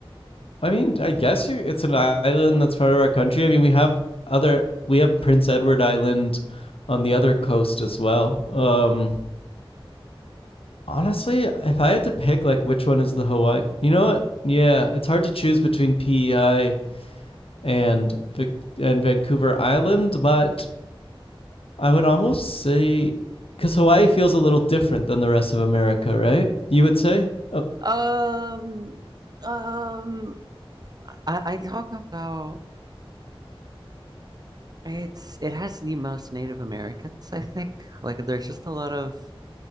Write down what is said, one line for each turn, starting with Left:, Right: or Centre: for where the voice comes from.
Left: I mean, I guess it's an island that's part of our country. I mean, we have other we have Prince Edward Island on the other coast as well. Um honestly, if I had to pick like which one is the Hawaii. You know what? Yeah, it's hard to choose between PEI and Vic- and Vancouver Island, but I would almost say cuz Hawaii feels a little different than the rest of America, right? You would say? Oh,
Right: Um, um, I, I talk about It's it has the most Native Americans, I think. Like there's just a lot of